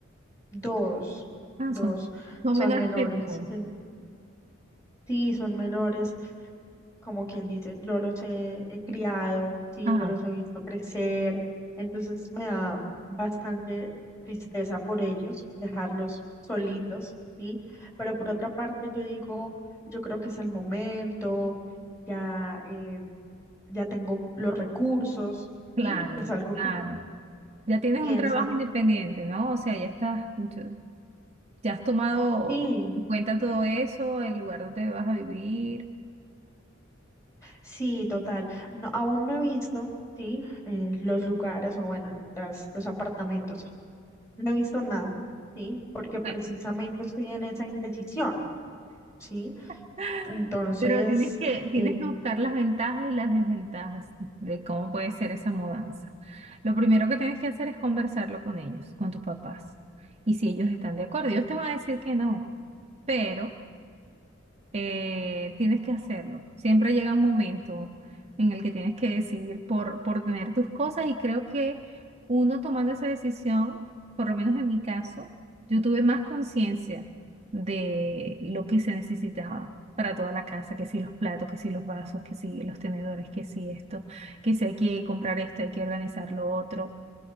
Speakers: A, on the left; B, on the right.
A: dos,
B: Ah,
A: dos
B: son, son
A: son
B: menores
A: menores.
B: que tú.
A: eh, Sí, son menores, como quien dice, yo los he, he criado, sí,
B: Ah,
A: yo los he visto crecer, entonces me da bastante tristeza por ellos, dejarlos solitos, sí, pero por otra parte yo digo, yo creo que es el momento, ya, eh, ya tengo los recursos,
B: claro,
A: sí, es algo
B: claro.
A: que
B: Ya tienes
A: piensa,
B: un trabajo independiente, ¿no? O sea, ya estás, yo- ya has tomado
A: sí.
B: en cuenta todo eso, el lugar donde vas a vivir.
A: Sí, total. No, aún no he visto, sí, eh, los lugares o bueno, las, los apartamentos. No he visto nada, sí, porque precisamente
B: Bueno,
A: estoy en esa indecisión, sí.
B: <laughs>
A: Entonces,
B: pero tienes que, tienes
A: eh,
B: que buscar las ventajas y las desventajas de cómo puede ser esa mudanza. Lo primero que tienes que hacer es conversarlo con ellos, con tus papás. Y si ellos están de acuerdo, ellos te van a decir que no, pero eh, tienes que hacerlo. Siempre llega un momento en el que tienes que decidir por, por tener tus cosas y creo que uno tomando esa decisión, por lo menos en mi caso, yo tuve más conciencia de lo que se necesitaba para toda la casa, que si los platos, que si los vasos, que si los tenedores, que si esto, que si hay que comprar esto, hay que organizar lo otro.